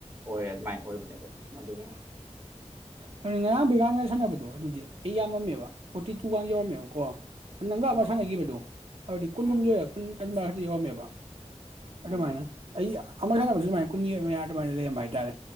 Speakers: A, on the right; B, on the right.
A: ꯑꯣꯏꯔꯦ ꯑꯗꯨꯃꯥꯏꯅ ꯑꯣꯏꯕꯅꯦꯕ
B: <unintelligible>
A: ꯑꯗꯨꯒꯤ
B: ꯑꯗꯣ ꯑꯗꯨꯗꯤ ꯑꯩ ꯌꯥꯝꯃꯝꯃꯦꯕ ꯐꯣꯔꯇꯤ ꯇꯨꯒ ꯌꯧꯔꯝꯃꯦꯕꯀꯣ ꯅꯪꯒꯥ ꯑꯃ
A: ꯎꯝ
B: ꯁꯥꯟꯅꯈꯤꯕꯗꯨꯣ ꯍꯥꯏꯗꯤ ꯀꯨꯟꯂꯨꯝꯗꯣꯏꯔ
A: ꯎꯝ
B: ꯀꯨꯟ ꯌꯧꯃꯦꯕ ꯑꯗꯨꯃꯥꯏꯅ
A: ꯎꯝ
B: ꯑꯩ ꯑꯃꯛ ꯁꯥꯟꯅꯕꯁꯨ ꯑꯗꯨꯃꯥꯏꯅ ꯀꯨꯟꯅꯤ ꯃꯌꯥ ꯑꯗꯨꯃꯥꯏꯅ ꯂꯩꯔꯝꯕ ꯍꯥꯏꯇꯥꯔꯦ